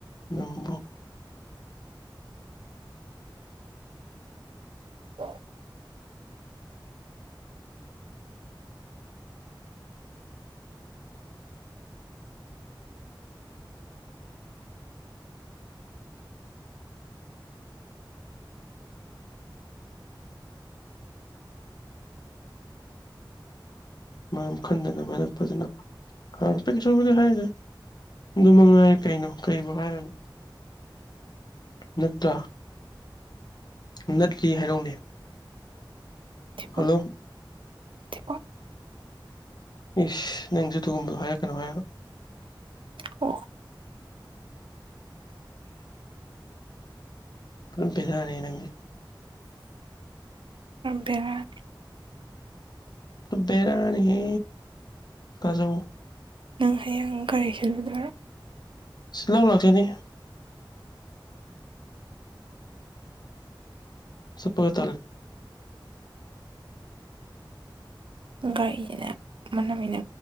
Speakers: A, on the left (about 55°); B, on the right (about 80°).
A: ꯅꯣꯡꯕꯨ
B: ꯑ
A: ꯃꯔꯝ ꯈꯟꯗꯅ ꯃꯔꯝ ꯐꯖꯅ ꯈꯔ ꯄ ꯁꯕꯗꯤ ꯍꯥꯏꯁꯦ ꯑꯗꯨ ꯃꯉꯥꯏꯔꯦ ꯀꯩꯅꯣ ꯀꯔꯤꯕꯕꯨꯣ ꯍꯥꯏꯔꯒ ꯅꯠꯇ꯭ꯔ ꯅꯠꯇꯤ ꯍꯥꯏꯔꯛ ꯎꯅꯦ
B: ꯊꯤꯕꯣꯡ
A: ꯍꯜꯂꯣ
B: ꯊꯤꯕꯣꯡ
A: ꯏꯁ ꯅꯪꯁꯨ ꯑꯗꯨꯒꯨꯝꯕꯗꯣ ꯍꯥꯏꯔꯛꯀꯅꯨ ꯍꯥꯏꯔ
B: ꯑꯣ
A: ꯑꯗꯨꯝ ꯕꯦꯔꯥꯅꯦ ꯅꯪꯦ
B: ꯕꯤꯔꯔ
A: ꯕꯔꯥꯅꯤ ꯍꯦ ꯀꯖꯧ
B: ꯅꯪ ꯍꯌꯦꯡ ꯀꯒꯥꯔꯤꯁꯤꯜꯨꯗꯔꯥ
A: ꯁꯤ ꯂꯧ ꯂꯥꯛꯆꯅꯤ ꯁꯄꯒ ꯇꯔꯦ
B: ꯒꯥꯔꯤꯁꯤꯅ ꯃꯥꯟꯅꯃꯤꯅ